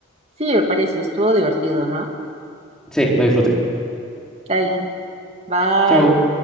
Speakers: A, on the right (about 30°); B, in the centre.
A: Sí, me parece, estuvo divertido, ¿no?
B: Sí, lo disfruté.
A: Está bien. Bye.
B: Chao.